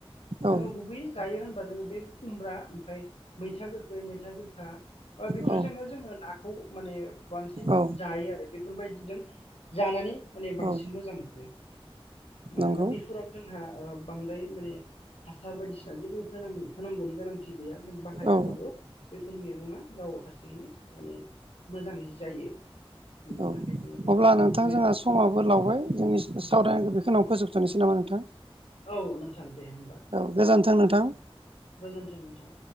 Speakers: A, on the left (about 80°); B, on the right (about 65°).
A: जोङो
B: औ
A: गुबैयै जायो होनबा जोङो बे खुमब्रा ओमफ्राय मैथा गोखै मैथा गोखा ओ बेफोरजोंनो
B: औ
A: जोंङो नाखौ माने बांसिन
B: औ
A: जायो आरो बेफोरबायदिजों जानानै माने बांसिन
B: औ
A: मोजां मोनो मोनो मानोना
B: नंगौ
A: बैफोराव जोंहा ओ बांद्राय माने हासार बायदिसि जा जेबो होनां होनांगौनि गोनांथि गैया जों बाहायाब्लाबो
B: औ
A: बे फोर मैगङा गाव हारसिंङैनो माने मोजांङै जायो बेनि
B: औ
A: थाखाय जोङो बेफोर
B: अब्ला नोंथां
A: मैगं
B: जोंहा समाबो लावबाय जोंनि सावरायनांगौ बेखिनाव फोजोबथनोसै नामा नोंथां
A: औ नोंथां दे होमबा
B: औ गोजानथों नोंथां
A: गोजोन्थों नोंथां